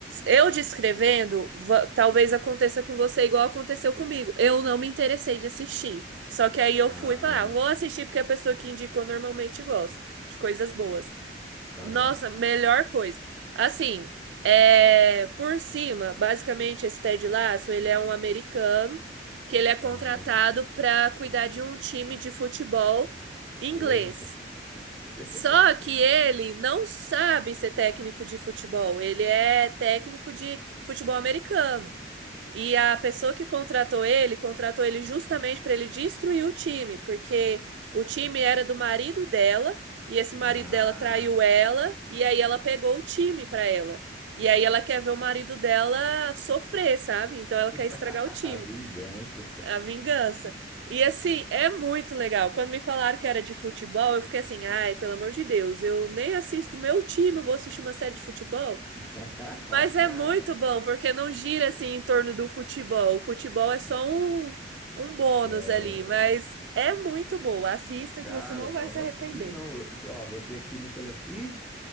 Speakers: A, on the right; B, in the centre.
A: eu descrevendo, va- talvez aconteça com você igual aconteceu comigo. Eu não me interessei de assistir. Só que aí
B: Ah,
A: eu fui falar, ah, vou assistir porque é a pessoa que indicou normalmente gosta de coisas boas.
B: tá
A: Nossa,
B: bom.
A: melhor coisa. Assim, é, por cima, basicamente esse Ted Lasso, ele é um americano que ele é contratado
B: Aham.
A: para cuidar de um time de futebol inglês.
B: Eita. <laughs>
A: Só que ele não sabe ser técnico de futebol. Ele é técnico de futebol americano. E a pessoa que contratou ele, contratou ele justamente para ele destruir o time, porque o time era do marido dela, e esse marido
B: Ah,
A: dela traiu ela, e aí ela pegou o time para ela. E aí ela quer ver o marido dela sofrer, sabe? Então ela
B: <laughs>
A: quer estragar o time.
B: vingança.
A: A vingança. E assim, é muito legal. Quando me falaram que era de futebol, eu fiquei assim, ai, pelo amor de Deus, eu nem assisto meu time, eu vou assistir uma série de futebol.
B: <laughs>
A: Mas é muito bom, porque não gira assim em torno do futebol. O futebol é só um, um bônus
B: É,
A: ali, mas é muito boa. Assista
B: cara,
A: que você não
B: vou
A: vai
B: anotar.
A: se arrepender.
B: Ih, não, eu- deixa eu- ó, botei aqui no telefone. Ih,